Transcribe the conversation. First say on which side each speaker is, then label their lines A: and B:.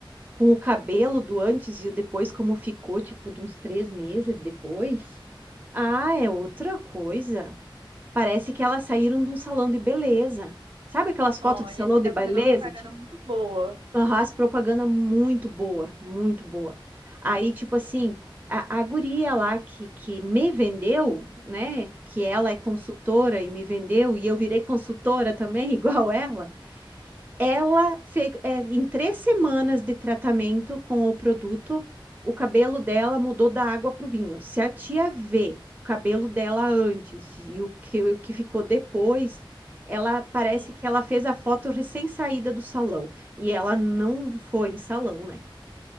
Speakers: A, on the right (about 20°); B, on the right (about 70°).
A: com o cabelo do antes e o depois, como ficou, tipo, de uns três meses depois. Ah, é outra coisa. Parece que elas saíram de um salão de beleza. Sabe aquelas fotos
B: Olha,
A: de salão
B: você está
A: de beleza,
B: fazendo uma propaganda muito boa.
A: Aham, as propaganda muito boa, muito boa. Aí,
B: Hum,
A: tipo assim, a, a guria lá que, que me vendeu, né? Que ela é consultora
B: Sim.
A: e me vendeu, e eu virei consultora também, <laughs> igual ela. Ela fez, é, em três semanas de tratamento com o produto, o cabelo dela mudou da água para o vinho. Se a tia vê o cabelo dela antes e o que, o que ficou depois, ela parece
B: Sim,
A: que ela fez a foto recém-saída do salão. E ela não foi em salão, né?